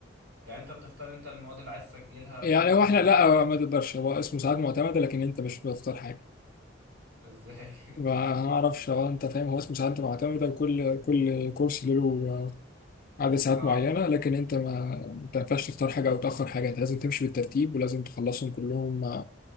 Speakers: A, on the right (about 55°); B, on the left (about 45°).
A: يعني انت بتختار انت المواد اللي عايز تسجلها
B: يعني
A: كل مديول
B: هو احنا لا ما تقدرش هو اسمه ساعات معتمده لكن انت مش بتختار حاجه
A: ازاي؟ <laughs>
B: ما اعرفش هو انت فاهم هو اسمه ساعات معتمده وكل كل كورس له عدد ساعات
A: اه
B: معينه لكن انت ما انت ما ينفعش تختار حاجه او تاخر حاجه انت لازم تمشي بالترتيب ولازم تخلصهم كلهم